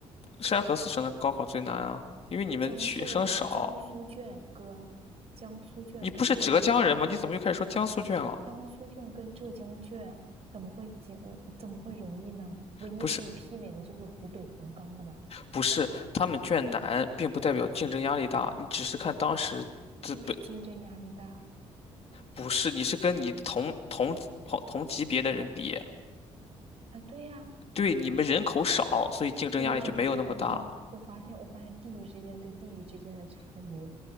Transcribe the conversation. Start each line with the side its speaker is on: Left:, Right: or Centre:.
Left: 山河四省的高考最难啊，因为你们学生少。
Right: 江浙哎，江苏卷哥，江苏卷跟浙江卷，
Left: 你不是浙江人吗？你怎么又开始说江苏卷了？
Right: 江苏卷跟浙江卷怎么会简怎么会容易呢？唯一可以媲美的就是湖北黄冈了吧？
Left: 不是，不是，他们卷难，并不代表竞争压力大，你只是看当时资本，
Right: 就是竞争压力大
Left: 不是，你是跟你同同同同级别的人比，
Right: 啊，对呀、
Left: 对，你们人口少，所以竞争压力就没有那么大。
Right: 我们人口多啊我发现我发现地域之间对地域之间的差别